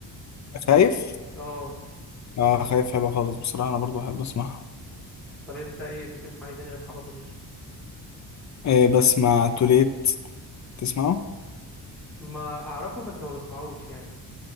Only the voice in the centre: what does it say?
اه
طب انت ايه بتسمع ايه تاني غير محمد منير
ما اعرفه بس ما بسمعوش يعني